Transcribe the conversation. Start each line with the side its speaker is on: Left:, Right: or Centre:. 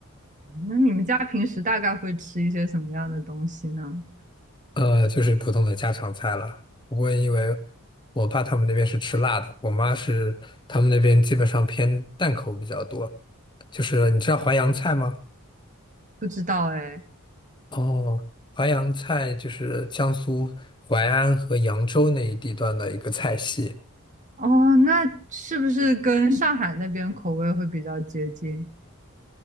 Right: 那你们家平时大概会吃一些什么样的东西呢？
Left: 呃，就是普通的家常菜了。不过因为我爸他们那边是吃辣的，我妈是他们那边基本上偏淡口比较多。就是你知道淮扬菜吗？
Right: 不知道哎。
Left: 哦，淮扬菜就是江苏淮安和扬州那一地段的一个菜系。
Right: 哦，那是不是跟上海那边口味会比较接近？